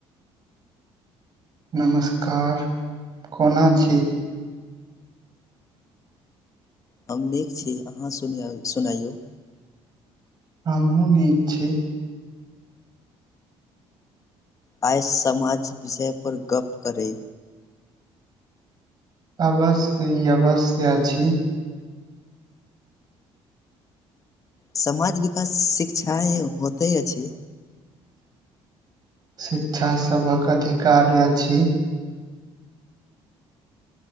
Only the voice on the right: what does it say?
नमस्कार कोना छी
हमहूँ नीक छी
अवश्य ई अवश्या छी
शिक्षा सभक अधिकार अछि।